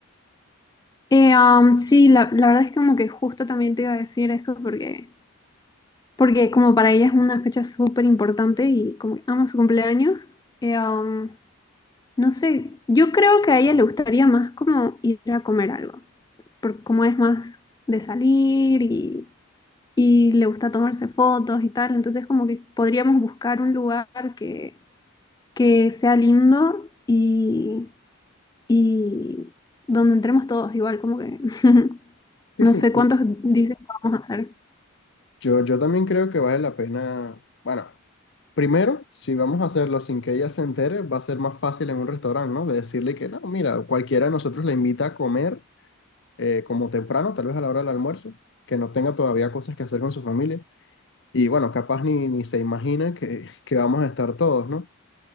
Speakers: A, on the left; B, on the left.
A: Eh, am, sí, la, la verdad es que como que justo también te iba a decir eso porque, porque como para ella es una fecha súper importante y como que ama su cumpleaños, eh, am, no sé, yo creo que a ella le gustaría más como ir a comer algo, porque como es más de salir y, y le gusta tomarse fotos y tal, entonces como que podríamos buscar un lugar que, que sea lindo y y donde entremos todos, igual como que <laughs>
B: Sí,
A: no
B: sí.
A: sé cuántos dicen que vamos a hacer.
B: Yo, yo también creo que vale la pena, bueno, primero, si vamos a hacerlo sin que ella se entere, va a ser más fácil en un restaurante, ¿no? De decirle que no, mira, cualquiera de nosotros la invita a comer eh, como temprano, tal vez a la hora del almuerzo, que no tenga todavía cosas que hacer con su familia. Y bueno, capaz ni, ni se imagina que, <laughs> que vamos a estar todos, ¿no?